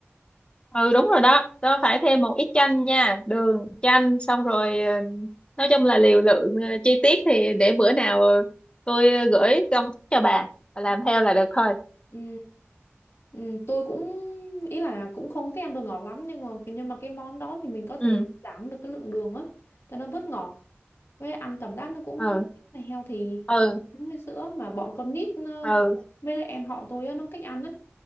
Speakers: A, on the left (about 25°); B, on the left (about 70°).
A: ừ, đúng rồi đó tôi phải thêm một ít chanh nha đường chanh xong rồi ờ, nói chung là liều lượng ờ, chi tiết thì để bữa nào ờ, tôi gửi công thức cho bà Bà làm
B: Ừ.
A: theo là được thôi
B: ừ, ừ, tôi cũng ý là cũng không thích ăn đồ ngọt lắm nhưng mà nhưng mà cái món đó thì mình có thể
A: ừ
B: giảm được cái lượng đường á cho nó bớt ngọt với ăn cảm giác nó cũng
A: ừ
B: ờ, này healthy
A: ừ
B: thì giống với sữa mà bọn con nít nó,
A: ừ
B: kiểu mấy đứa em họ tôi á, nó không thích ăn á